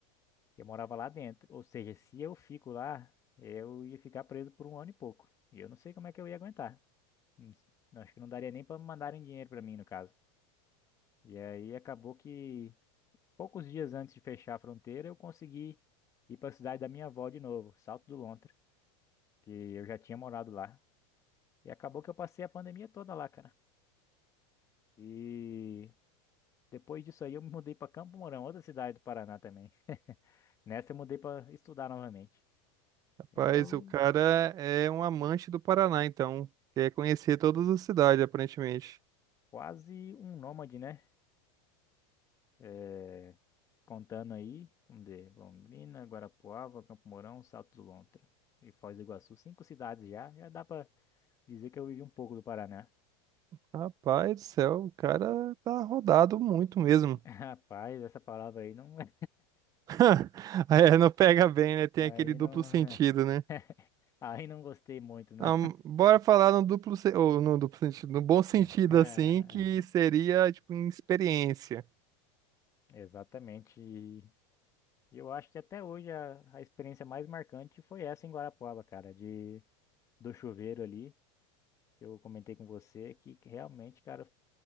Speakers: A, on the left (about 20°); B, on the right (about 20°).
A: Eu morava lá dentro. Ou seja, se eu fico lá, eu ia ficar preso por um ano e pouco. E eu não sei como é que eu ia aguentar. Hum, não, Acho que não daria nem para mandarem dinheiro para mim, no caso. E aí acabou que poucos dias antes de fechar a fronteira, eu consegui ir para a cidade da minha avó de novo, Salto do Lontra, que eu já tinha morado lá. E acabou que eu passei a pandemia toda lá, cara. E depois disso aí eu me mudei para Campo Mourão, outra cidade do Paraná também. <laughs> Nessa eu mudei para estudar novamente.
B: Rapaz,
A: Eu
B: o cara é um amante do Paraná, então quer conhecer todas as cidades, aparentemente.
A: Quase um nômade, né? É, contando aí, um de Londrina, Guarapuava, Campo Mourão, Salto do Lontra e Foz do Iguaçu. Cinco cidades já, já dá pra dizer que eu vivi um pouco do Paraná.
B: Rapaz do céu, o cara tá rodado muito mesmo.
A: <laughs> Rapaz, essa palavra aí não... <laughs>
B: <laughs> É, não pega bem, né? Tem
A: Aí
B: aquele duplo
A: não...
B: sentido, né?
A: <laughs> Aí não gostei muito, não.
B: Ahn, bora falar no duplo, se- ou no duplo sentido, no bom sentido,
A: <laughs>
B: assim, que seria, tipo, em experiência.
A: Exatamente. E Eu acho que até hoje a, a experiência mais marcante foi essa em Guarapuava, cara, de do chuveiro ali. Eu comentei com você que realmente, cara,